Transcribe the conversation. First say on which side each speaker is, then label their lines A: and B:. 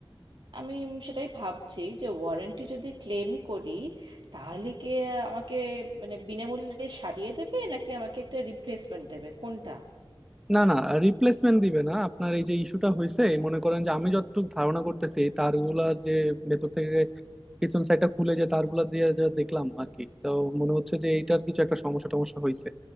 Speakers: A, on the right; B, in the centre.
A: আমি সেটাই ভাবছি যে ওয়ারেন্টি যদি ক্লেমই করি তাহলে কি আমাকে মানে বিনামূল্যে সারিয়ে দেবে নাকি আমাকে একটা রিপ্লেসমেন্ট দেবে কোনটা
B: না না রিপ্লেসমেন্ট দিবে না আপনার এই যে ইস্যুটা হয়েছে মনে করেন যে আমি যতটুকু ধারণা করতেছি এই তারগুলা যে ভেতর থেকে পিছন সাইডটা খুলে যে তারগুলা দিয়ে যা দেখলাম আর কি তো মনে হচ্ছে যে এইটার কিছু একটা সমস্যা টমস্যা হয়েছে